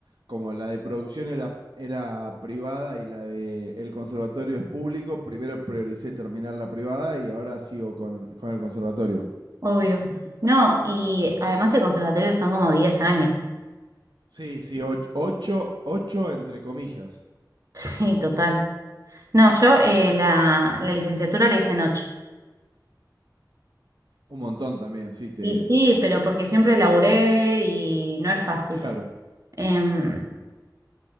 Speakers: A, on the right; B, on the right.
A: como la de producción era, era privada y la de el conservatorio es público, primero prioricé terminar la privada y ahora sigo con, con el conservatorio.
B: obvio. No, y además el conservatorio son como 10 años. <laughs>
A: Sí, sí, och- ocho, ocho entre comillas.
B: Sí, total. No, yo eh, la, la licenciatura le hice en ocho.
A: Un montón también, sí, te...
B: Y sí, pero porque siempre laburé y no es fácil.
A: Claro,
B: Em,